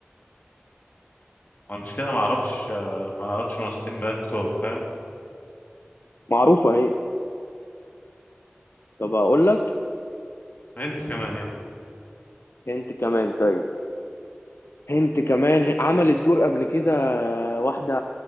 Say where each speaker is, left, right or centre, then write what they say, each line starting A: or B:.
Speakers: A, on the left; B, on the left.
A: ما المشكلة ما اعرفش ما اعرفش ممثلين بقى كتار فاهم
B: معروفه هي طب اقول لك
A: انت كمان يلا
B: انت كمان طيب انت كمان عملت دور قبل كده واحدة